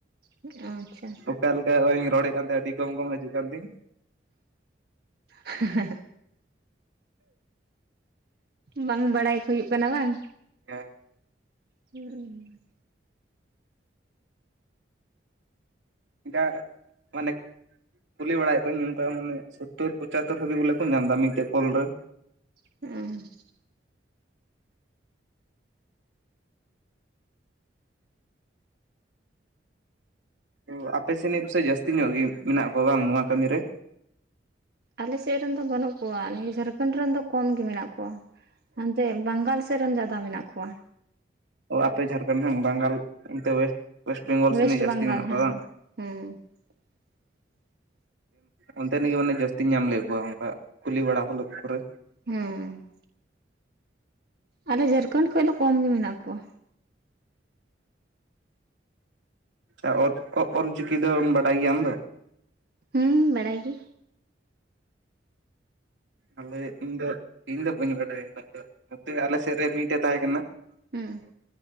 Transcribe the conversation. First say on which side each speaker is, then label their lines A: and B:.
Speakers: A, on the right; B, on the right.
A: ᱚ ᱟᱪᱪᱷᱟ
B: ᱚᱠᱟ ᱞᱮᱠᱟ ᱚᱧ ᱨᱚᱲᱮᱫ ᱠᱟᱱ ᱛᱟᱦᱮᱸᱟᱹ ᱟᱹᱰᱤ ᱠᱚᱢ ᱠᱚᱢ ᱦᱤᱡᱩᱜ ᱠᱟᱱ ᱛᱤᱧ
A: ᱦᱮᱸ ᱵᱟᱝ ᱵᱟᱲᱟᱭ ᱦᱩᱭᱩᱜ ᱠᱟᱱᱟ ᱵᱟᱝ
B: ᱦᱮ
A: ᱦᱩᱸ
B: <unintelligible> ᱢᱟᱱᱮ ᱠᱩᱞᱤ ᱵᱟᱲᱟᱭᱮᱫ ᱠᱚᱭᱤᱧ ᱱᱚᱝᱠᱟ ᱢᱟᱱᱮ ᱥᱳᱛᱳᱨ ᱯᱚᱪᱟᱛᱚᱨ ᱦᱟᱹᱵᱤᱡ ᱵᱚᱞᱮ ᱠᱚ ᱧᱟᱢ ᱮᱫᱟ ᱢᱤᱫᱴᱮᱡ ᱠᱚᱞ ᱨᱮ
A: <unintelligible>
B: ᱛ ᱟᱯᱮ ᱥᱮᱱᱤᱡ ᱯᱟᱥᱮᱡ ᱡᱟᱹᱥᱛᱤ ᱧᱚᱜ ᱜᱮ ᱢᱮᱱᱟᱜ ᱠᱚᱣᱟ ᱵᱟᱝ ᱱᱚᱣᱟ ᱠᱟᱹᱢᱤ ᱨᱮ
A: ᱟᱞᱮᱥᱮᱫ ᱨᱮᱱ ᱫᱚ ᱵᱟᱹᱱᱩᱜ ᱠᱚᱣᱟ ᱱᱤᱭᱟᱹ ᱡᱷᱟᱲᱠᱷᱚᱱᱰ ᱨᱮᱱ ᱫᱚ ᱠᱚᱢ ᱜᱮ ᱢᱮᱱᱟᱜ ᱠᱚᱣᱟ ᱦᱟᱱᱛᱮ ᱵᱟᱝᱜᱟᱞ ᱥᱮᱫ ᱨᱮᱱ ᱡᱟᱫᱟ ᱢᱮᱱᱟᱜ ᱠᱚᱣᱟ
B: ᱟᱯᱮ ᱡᱷᱟᱲᱠᱷᱚᱸᱰ ᱦᱟᱜ ᱵᱟᱝᱜᱟᱞ ᱚᱱᱛᱮ ᱚᱭᱮᱥᱴ ᱵᱮᱝᱜᱚᱞ
A: ᱳᱭᱮᱥᱴ
B: ᱥᱮᱱᱤᱡ ᱡᱟᱹᱥᱛᱤ
A: ᱵᱟᱝᱜᱟᱞ
B: ᱢᱮᱱᱟᱜ
A: ᱦᱮᱸ
B: ᱠᱚᱣᱟ ᱵᱟᱝ
A: ᱦᱮᱸ <unintelligible>
B: ᱚᱱᱛᱮ ᱨᱮ ᱜᱮ ᱢᱟᱱᱮ ᱡᱟᱹᱥᱛᱤᱧ ᱧᱟᱢ ᱞᱮᱫ ᱠᱚᱣᱟ ᱚᱱᱠᱟ ᱠᱩᱞᱤ ᱵᱟᱲᱟ ᱠᱚ ᱠᱚᱨᱮ
A: ᱦᱩᱸ ᱟᱞᱮ ᱡᱷᱟᱲᱠᱷᱚᱸᱰ ᱠᱷᱚᱱ ᱫᱚ ᱠᱚᱢ ᱜᱮ ᱢᱮᱱᱟᱜ ᱠᱚᱣᱟ
B: ᱟᱪᱪᱷᱟ ᱚᱞ ᱪᱤᱠᱤ ᱫᱚ ᱵᱟᱰᱟᱭ ᱜᱮᱭᱟᱢ ᱟᱢ ᱫᱚ
A: ᱦᱩᱸ ᱵᱟᱲᱟᱭ ᱜᱤ
B: ᱟᱞᱮ ᱤᱧ ᱫᱚ ᱤᱧ ᱫᱚ ᱵᱟᱹᱧ ᱵᱟᱰᱟᱭᱟ <unintelligible> ᱱᱚᱛᱮ ᱟᱞᱮ ᱥᱮᱫ ᱨᱮ ᱢᱤᱫᱴᱮᱡ ᱛᱟᱦᱮᱸ ᱠᱟᱱᱟ
A: ᱦᱩᱸ